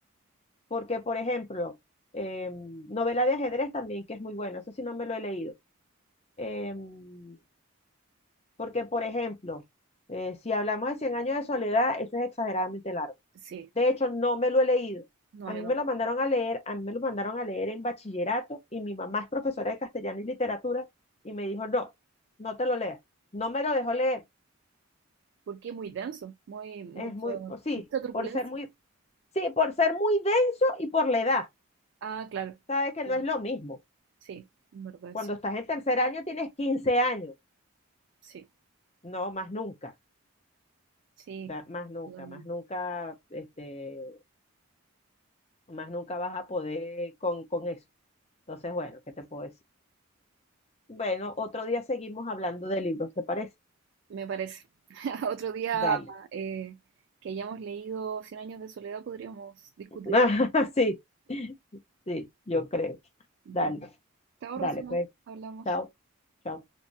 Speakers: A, on the left; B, on the right.
A: porque, por ejemplo, em, novela de ajedrez también, que es muy bueno, eso sí no me lo he leído. Em, porque, por ejemplo, eh, si hablamos de cien años de soledad, eso es exageradamente largo.
B: Sí,
A: De hecho, no me lo he leído.
B: no,
A: A
B: yo
A: mí
B: tampoco.
A: me lo mandaron a leer, a mí me lo mandaron a leer en bachillerato y mi mamá es profesora de castellano y literatura y me dijo, no, no te lo leas. No me lo dejó leer.
B: Porque es muy denso, muy, mucho,
A: Es muy, pues sí,
B: mucha turbulencia.
A: por ser muy, sí, por ser muy denso y por la edad.
B: Ah, claro,
A: Sabes que
B: claro,
A: no es lo mismo.
B: sí, en verdad,
A: Cuando
B: sí,
A: estás en tercer año tienes 15 años.
B: sí,
A: No, más nunca,
B: sí,
A: da- más nunca,
B: totalmente.
A: más nunca, este, más nunca vas a poder con, con eso. Entonces, bueno, ¿qué te puedo decir? Bueno, otro día seguimos hablando de libros, ¿te parece?
B: me parece. <laughs> Otro día
A: Dale.
B: eh, que hayamos leído Cien años de soledad podríamos discutirlo.
A: <laughs> Sí, sí, yo creo.
B: Bueno,
A: Dale,
B: te ahorro,
A: dale,
B: Suna,
A: pues.
B: hablamos.
A: Chao, chao.